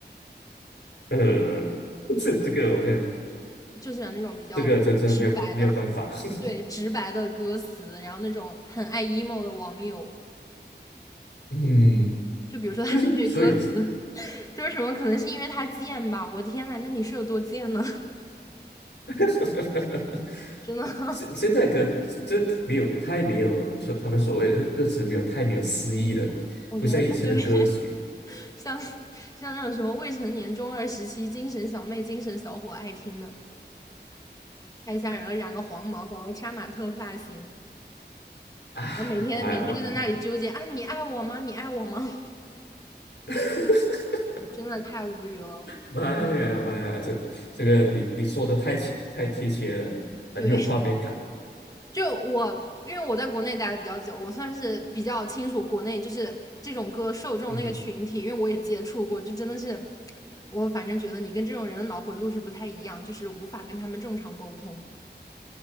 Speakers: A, on the left; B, on the left.
A: 呃，<laughs> 这这个我们
B: 就喜欢那种比较直白的，
A: 这个这这没有没有办法，<laughs>
B: 对，直白的歌词，然后那种很爱 emo 的网友。
A: 嗯，
B: 就比如说他那句歌词，
A: 就是所以，
B: <laughs> 就是什么，可能是因为他贱吧。我天呐，那你是有多贱呢？
A: <laughs>
B: <laughs> 真的，
A: 现现在歌这没有太没有他们所谓的歌词没有太没有诗意了，
B: <laughs> 我觉得，
A: 不像以前的歌曲，
B: 哦对，<laughs> 像像那种什么未成年中二时期精神小妹、精神小伙爱听的，太吓人了，染个黄毛，搞个杀马特发型，
A: 唉，
B: 然后每天每天就在那里纠结啊，
A: 我还蛮。
B: 你爱我吗？你爱我吗？
A: <laughs>
B: <laughs> 真的太无语了。
A: 妈呀妈呀，这这个你你说的太切太贴切了，很有画面感。
B: 对，
A: <laughs>
B: 就我，因为我在国内待的比较久，我算是比较清楚国内就是这种歌受众那个群体，
A: 嗯哼，
B: 因为我也接触过，就真的是，我反正觉得你跟这种人的脑回路是不太一样，就是无法跟他们正常沟通。